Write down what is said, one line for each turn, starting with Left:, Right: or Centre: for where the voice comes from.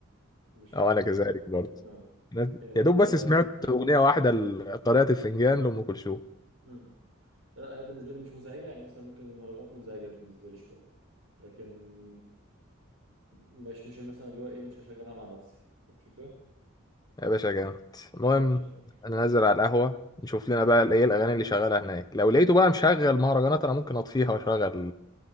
Right: مش
Left: <laughs> او
Right: ه...
Left: انا كذلك برضه
Right: اه
Left: أنا
Right: يعني برضو
Left: يا دوب
Right: اللي
Left: بس
Right: هو
Left: سمعت اغنيه واحده ل- قارئة الفنجان لام كلثوم
Right: مم. لا هي بالنسبه لي مش مزعجه يعني مثلا ممكن المهرجانات مزعجه بالنسبه لي شويه لكن مش مش مثلا اللي هو ايه مش هشغلها مع نفسي الفكرة
Left: يا باشا جامد المهم
Right: ماشي يا مول
Left: انا نازل على القهوه نشوف لنا بقى ايه الاغاني اللي شغاله هناك لو لقيته بقى مشغل مهرجانات انا ممكن اطفيها واشغل